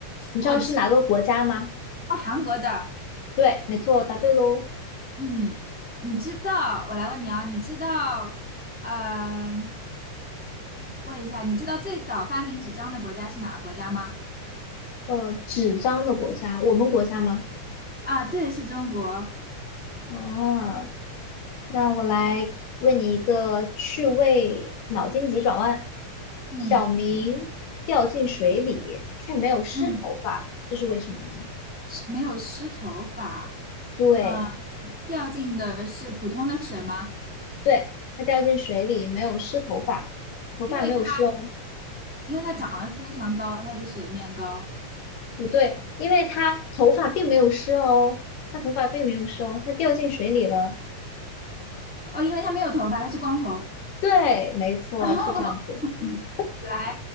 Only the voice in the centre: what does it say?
我知道韩国的。
嗯，你知道，我来问你啊，你知道，呃，问一下，你知道最早发明纸张的国家是哪个国家吗？
啊，对，是中国。
嗯
嗯，
是没有湿头发，
呃，掉进的是普通的水吗？
因为它因为它长得非常高，它比水面高。
哦，因为它没有头发，它是光头。
<laughs> 哦
来，